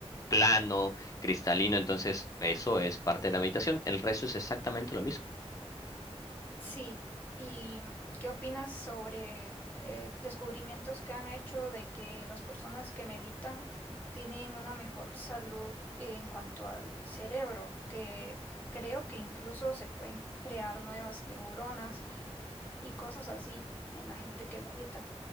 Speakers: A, on the left (about 30°); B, on the left (about 15°).
A: plano, cristalino, entonces eso es parte de la meditación. El resto es exactamente lo mismo.
B: Sí, ¿y qué opinas sobre eh, descubrimientos que han hecho de que las personas que meditan tienen una mejor salud en cuanto al cerebro? Que creo que incluso se pueden crear nuevas neuronas y, y cosas así en la gente que medita.